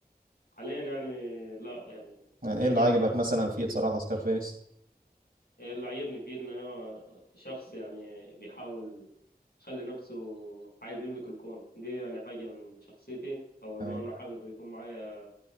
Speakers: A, on the left; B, on the right.
A: حاليا يعني لا يعني
B: يعني ايه
A: رجعت
B: اللي عاجبك
A: لنفسه
B: مثلا فيه بصراحة سكارفيس
A: اللي عجبني فيه إن هو شخص يعني بيحاول يخلي نفسه عايز يملك الكون دي يعني حاجة من شخصيتي أو اللي
B: اي
A: هو أنا حابب يكون معايا